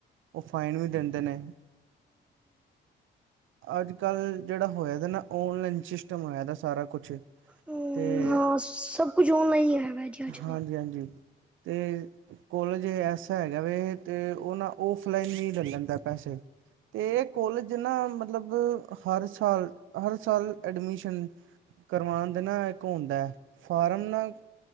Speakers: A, on the right; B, in the centre.
A: ਉਹ ਫਾਈਨ ਵੀ ਦਿੰਦੇ ਨੇ ਅੱਜ ਕੱਲ ਜਿਹੜਾ ਹੋਇਆ ਨਾ ਔਨਲਾਈਨ ਸਿਸਟਮ ਹੋਇਆ ਸਾਰਾ ਕੁਛ
B: ਹੂ
A: ਤੇ
B: ਹਾਂ ਸਭ ਕੁਝ ਨਾ ਹੀ ਹੈਗਾ ਜੀ ਅੱਜ
A: ਹਾਂਜੀ ਹਾਂਜੀ ਤੇ ਕੋਲਜ ਐਸਾ ਹੈਗਾ ਵੀ ਤੇ ਉਹ ਨਾ ਓਫਲਾਈਨ ਵੀ ਲੈਂਦਾ ਪੈਸੇ ਤੇ ਇਹ ਕੋਲਜ ਜਿੰਨਾ ਮਤਲਬ ਹਰ ਸਾਲ ਹਰ ਸਾਲ ਐਡਮਿਸ਼ਨ ਕਰਵਉਣ ਦੇ ਨਾਲ ਇੱਕ ਹੁੰਦਾ ਫਾਰਮ ਨਾਲ